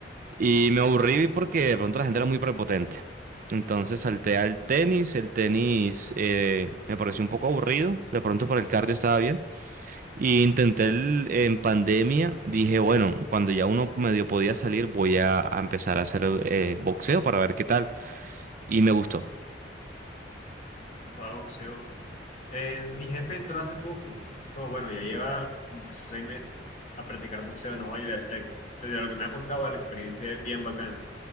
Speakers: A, on the right; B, on the left.
A: Y me aburrí porque de pronto la gente era muy prepotente. Entonces salté al tenis, el tenis eh, me pareció un poco aburrido, de pronto para el cardio estaba bien. Y intenté el- en pandemia, dije, bueno, cuando ya uno medio podía salir, voy a, a empezar a hacer eh, boxeo para ver qué tal. Y me gustó.
B: No jugaba boxeo. Eh, mi jefe entró hace poco. No, bueno, ya lleva como que sus seis meses a practicar boxeo. No, y la- la ex- desde lo que me ha contado, la experiencia es bien bacana.